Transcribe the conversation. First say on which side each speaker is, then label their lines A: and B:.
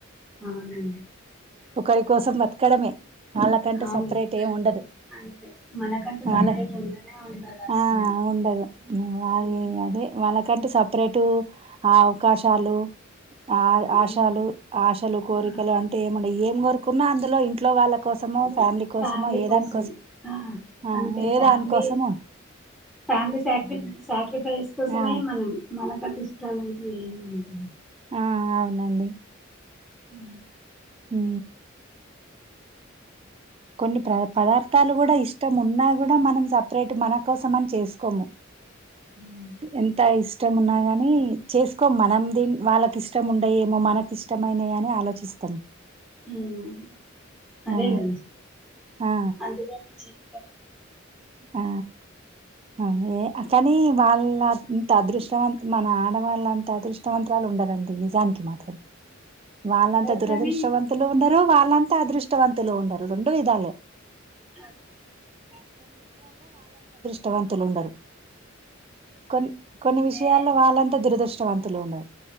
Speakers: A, in the centre; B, on the right.
A: అవునండి
B: ఒకరి కోసం బతకడమే వాళ్ళకంటే
A: అవును
B: సపరేట్ ఏం ఉండదు
A: అంతే మనకంటూ సపరేట్
B: వాళ్ళ
A: ఉండనే ఉండదు అస్సలు
B: ఆ ఉండదు వాళ్ళ
A: ఉమ్,
B: అదే వాళ్ళకంటే సపరేటు ఆ అవకాశాలు ఆ
A: అవును
B: ఆశలు ఆశలు కోరికలు
A: ఆ,
B: అంటే మనం ఏం కోరుకున్నా అందులో ఇంట్లో వాళ్ళ కోసమో
A: అందర్
B: కోసమో
A: ఫ్యామిలీ
B: ఏదాని
A: కోసం ఆ
B: ఆ
A: అంతే
B: ఏదాని
A: ఫ్యామిలీ
B: కోసమో
A: ఫ్యామిలీ సాక్రి సాక్రి ఫేస్ కోసమే
B: ఆ
A: మనం మనకంటు ఇష్టాలంటూ ఏమి లేవండి
B: ఆ అవునండి
A: ఊ
B: ఊ కొన్ని ప్ర పదార్థాలు కూడా ఇష్టం ఉన్నా కూడా మనం సపరేట్ మన కోసం అని చేసుకోము
A: అవునండి.
B: ఎంత ఇస్ ష్టం ఉన్నా గాని చేసుకోం మనం దిన్ వాళ్ళకి ఇష్టం ఉండయేమో మనకి ఇష్టమైనయ్ అని ఆలోచిస్తాం
A: అవునవును అదే
B: ఆ
A: కదా
B: ఆ
A: అందులోనే జీ ఇ <unintelligible>
B: ఆ అవ్ ఏ అ కానీ వాళ్ళంత అదృష్టవంత మన ఆడవాళ్ళంత అదృష్టవంతరాలు ఉండరండి నిజానికి మాత్రం వాళ్ళంతా
A: అందరు
B: దురదృష్టవంతులు
A: కాని
B: ఉండరు వాళ్ళంతా అదృష్టవంతులు ఉండరు రొండు విధాలు
A: అకే
B: టవంతులు ఉండరు కొన్ని కొన్ని
A: అంటే
B: విషయాలు వాళ్ళంతా దురదృష్ చవంతులు ఉండరు